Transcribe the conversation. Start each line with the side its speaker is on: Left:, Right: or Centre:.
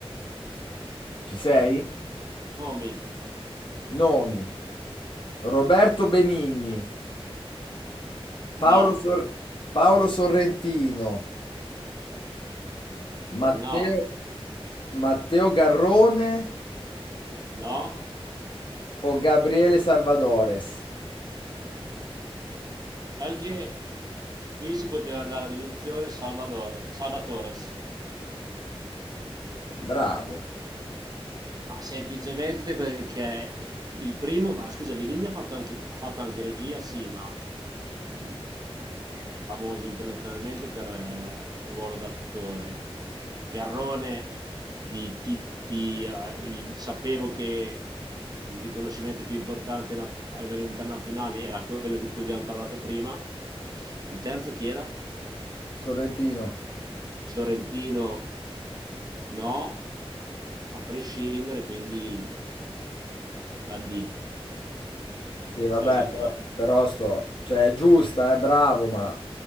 Left: Ci sei?
Right: Nomi?
Left: Nomi. Roberto Benigni,
Right: No,
Left: Paolo, Sor- Paolo Sorrentino,
Right: no,
Left: Matteo, Matteo Garrone
Right: no.
Left: o Gabriele Salvadores?
Right: Sai che qui si poteva andare a deduzione Salvatore, Salvatores,
Left: Bravo.
Right: ma semplicemente perché il primo, ma scusa, Benigni ha fatto anche, ha fatto anche regia, sì, ma mh, è famoso internazionalmente per eh, ruolo d'attore. Garrone di Titti, eh, il- sapevo che il riconoscimento più importante na- a livello internazionale era quello di cui abbiamo parlato prima. Il terzo chi era?
Left: Sorrentino.
Right: Sorrentino, no, a prescindere, quindi la D,
Left: Sì, vabbè,
Right: Salvatore.
Left: però, però sto... Cioè, è giusta, è bravo, ma